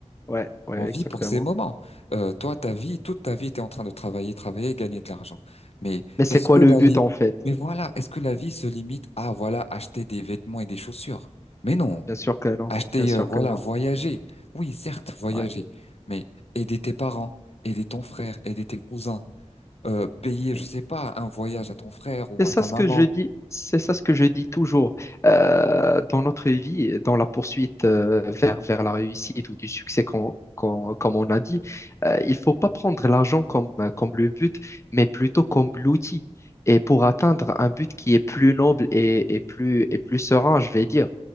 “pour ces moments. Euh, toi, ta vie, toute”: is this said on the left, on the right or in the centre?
Left